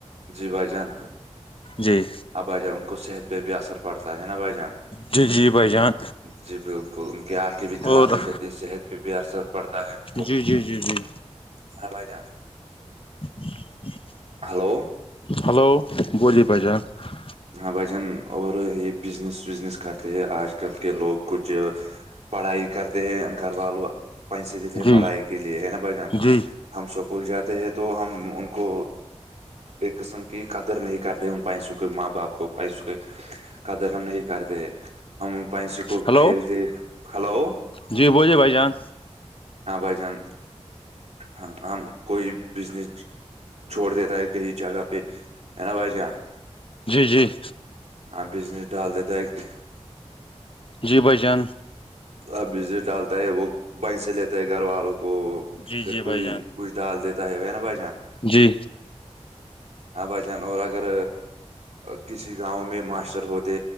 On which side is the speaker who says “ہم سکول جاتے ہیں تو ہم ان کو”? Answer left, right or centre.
Right